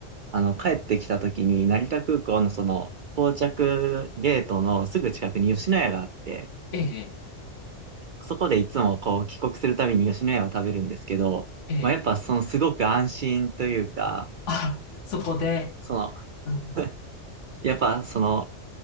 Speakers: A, on the right; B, on the left.
A: あの、帰ってきた時に、成田空港のその、到着ゲートのすぐ近くに吉野家があって、
B: ええ、
A: そこでいつもこう、帰国するたびに吉野家を食べるんですけど、
B: ええ。
A: まあ、やっぱそのすごく安心というか、
B: あ、そこで、
A: その、
B: うん、うん
A: <laughs> やっぱその、